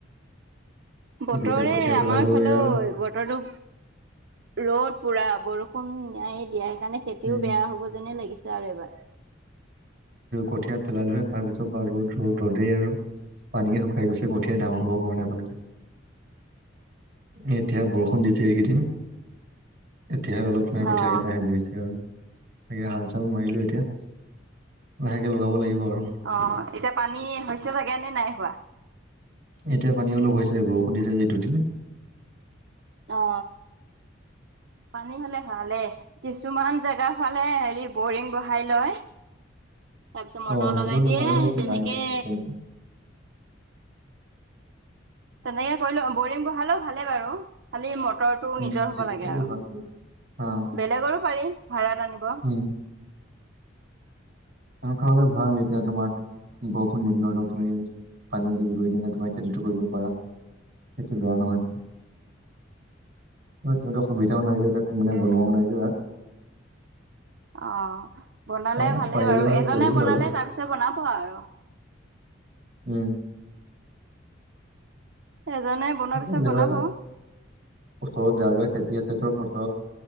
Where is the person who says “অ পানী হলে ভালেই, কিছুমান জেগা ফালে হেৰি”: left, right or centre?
Right